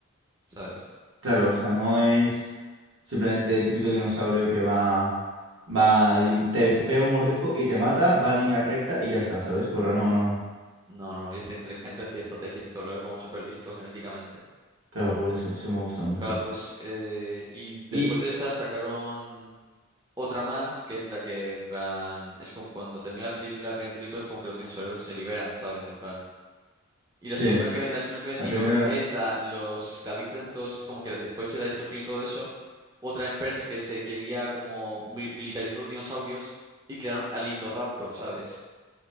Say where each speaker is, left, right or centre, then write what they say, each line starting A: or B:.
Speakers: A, on the right; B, on the right.
A: ¿sabes?
B: claro, o sea, no es simplemente el típico dinosaurio que va, va, y te, te pega un mordisco y te mata, va en línea recta y ya está, ¿sabes? Corre, no, no.
A: No, no, y es inteligente, hacía estrategias y todo, era como súper listo genéticamente.
B: Claro, por eso, sí me gusta mucho.
A: Claro, pues, eh, y después
B: Y
A: de esa sacaron otra más, que es la que, en plan, es con cuando termina la película, la primera película es como que los dinosaurios se liberan, ¿sabes? En plan... Y la
B: sí,
A: segunda que, me- la segunda que metieron
B: la primera,
A: es la, los esclavistas, todos, es como que después de la destrucción y todo eso, otra empresa que se quería como mi- militarizar los dinosaurios y crearon al Indoraptor, ¿sabes?